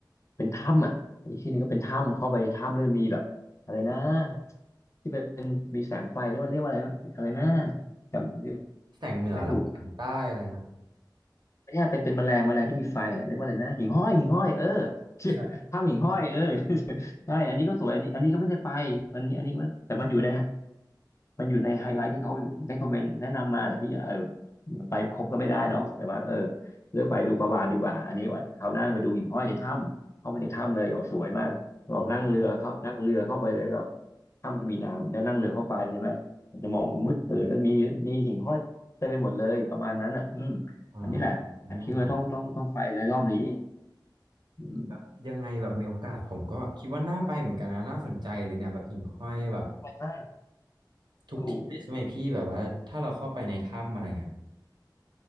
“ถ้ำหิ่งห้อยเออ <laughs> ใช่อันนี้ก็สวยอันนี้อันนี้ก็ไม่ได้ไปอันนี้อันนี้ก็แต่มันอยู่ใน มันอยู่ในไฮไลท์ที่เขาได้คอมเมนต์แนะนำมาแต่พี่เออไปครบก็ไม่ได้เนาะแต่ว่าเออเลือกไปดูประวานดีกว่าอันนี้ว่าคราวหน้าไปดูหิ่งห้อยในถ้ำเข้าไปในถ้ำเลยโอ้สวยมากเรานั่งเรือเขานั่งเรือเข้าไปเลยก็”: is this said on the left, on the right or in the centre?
Left